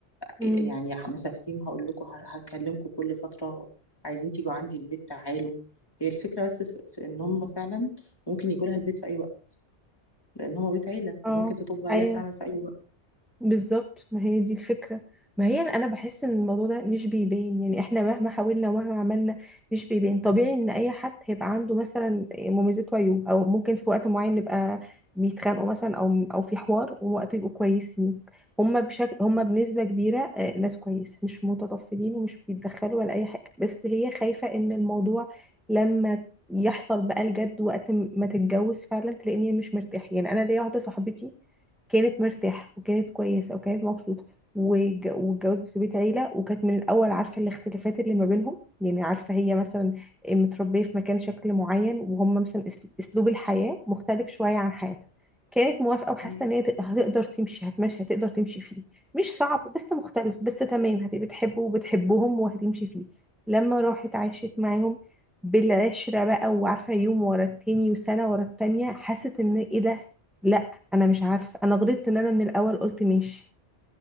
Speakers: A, in the centre; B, on the left.
A: مم.
B: آه، يعني ه- مسافرين هقول لكم هكلمكم كل فترة عايزين تيجوا عندي البيت تعالوا هي الفكرة بس في في ان هم فعلا ممكن يجوا لها البيت في اي وقت لان هما بيت عيله
A: اه
B: هي ممكن تطب عليها
A: ايوه
B: فعلا في اي وقت
A: بالظبط ما هي دي الفكرة ما هي انا بحس ان الموضوع ده مش بيبان يعني احنا مهما حاولنا ومهما عملنا مش بيبان طبيعي ان اي حد هيبقى عنده مثلا مميزات وعيوب او ممكن في وقت معين نبقى بيتخانقوا مثلا او او في حوار ووقت يبقوا كويسين هما بشكل هما بنسبة كبيرة آه، ناس كويسة مش متطفلين ومش بيتدخلوا ولا اي حاجة بس هي خايفة ان الموضوع لما يحصل بقى الجد وقت ما تتجوز فعلا تلاقيني مش مرتاحة يعني انا ليا واحدة صاحبتي كانت مرتاحة وكانت كويسة وكانت مبسوطة وج- واتجوزت في بيت عيلة وكانت من الأول عارفة الاختلافات اللي ما بينهم يعني عارفة هي مثلا متربية في مكان شكل معين وهم مثلا أس- أسلوب الحياة مختلف شوية عن حياتها كانت موافقة وحاسة
B: مم.
A: إن هي تق- هتقدر تمشي هتمشي هتقدر تمشي فيه مش صعب بس مختلف بس تمام هتبقى بتحبه وبتحبهم وهتمشي فيه لما راحت عاشت معاهم بالعشرة بقى وعارفة يوم ورا التاني وسنة ورا التانية حست إن إيه ده لا انا مش عارفه انا غلطت ان انا من الاول قلت ماشي